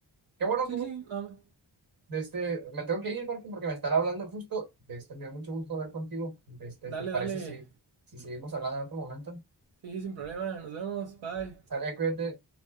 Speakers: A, on the right; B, on the right.
A: Qué bueno,
B: Sí, sí, nada más.
A: De este, me tengo que ir, Martín, porque me están hablando justo. De este, me da mucho gusto hablar contigo. De este,
B: Dale,
A: ¿te parece
B: dale.
A: si, si seguimos hablando en otro momento?
B: Sí, sin problema. Nos vemos. Bye.
A: Sale, cuídate.